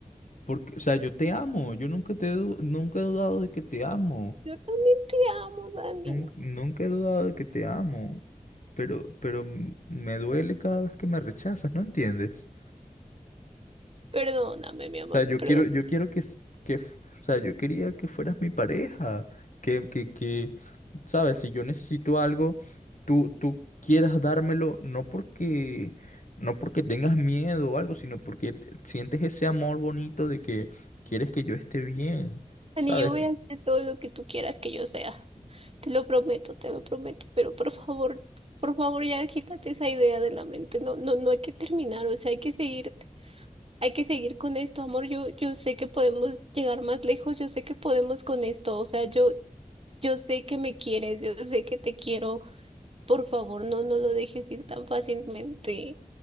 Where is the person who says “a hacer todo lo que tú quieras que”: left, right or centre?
Right